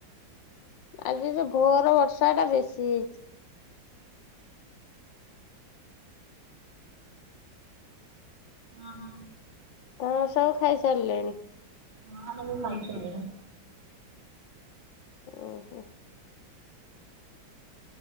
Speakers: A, on the left (about 70°); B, on the right (about 85°).
A: ଆଜି ଯୋଉ ଭୋର ବର୍ଷା ଟା ବେଶି ହେଇଛି।
B: ହଁ ହଁ।
A: ତ ସବୁ ଖାଇ ସାରିଲେଣି?
B: ହଁ ଆମ ବୋଉ ଖାଇସାରିଲେଣି।
A: ଓହୋ।